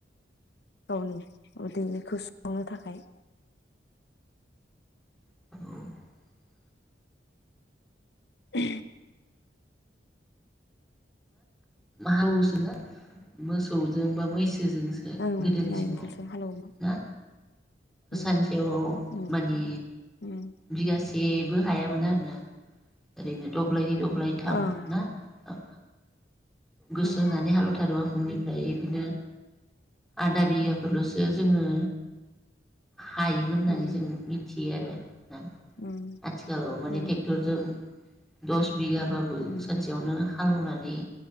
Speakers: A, on the left; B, in the centre.
A: गावनि उदैनिखौ सुफुंनो थाखाय
B: <unintelligible>
A: उ
B: हागोसोना मोसौजों बा मैसो। जोंसो
A: ओं
B: गोदोनि
A: नांगोलजों
B: समाव
A: हालेवोमोन
B: ना
A: उम
B: सानसेयाव
A: उम
B: मानि
A: उम
B: बिगासे एबो हायामोन आरोना ओरैनो दब्लायनै दब्लाय थाम
A: ओं
B: ना ओं। गोसो
A: उम
B: होनानै हालौथारोबा फुंनिफ्राय बिदिनो आधा बिगाफोरलसो जोङो हायोमोन होननानै
A: उम
B: जों मिथियो आरो ना
A: उम
B: आथिखालाव माने
A: उम
B: ट्रेक्टरजों दस बिगाबाबो
A: उम
B: सानसेयावनो हालौनाय